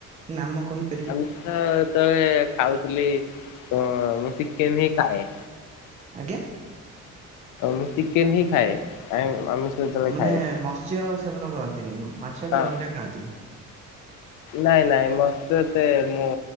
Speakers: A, on the right; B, on the left.
A: ନାମ। କହିପାରିବେ
B: ଆମିଷ ସେତେବେଳେ ଖାଉଥିଲି ତ ମୁଁ ଚିକେନ ହିଁ ଖାଏ।
A: ଆଜ୍ଞା।
B: ମୁଁ ଚିକେନ ହିଁ ଖାଏ। ଆମିଷ ଯେତେବେଳେ
A: ମାନେ
B: ଖାଏ
A: ମତ୍ସ୍ୟ ସେବନ କରନ୍ତିନି ମାଛ
B: ହଁ
A: କି ଅଣ୍ଡା ଖାଆନ୍ତିନି।
B: ନାଇଁ ନାଇଁ ମତ୍ସ୍ୟ ଏତେ। ମୁଁ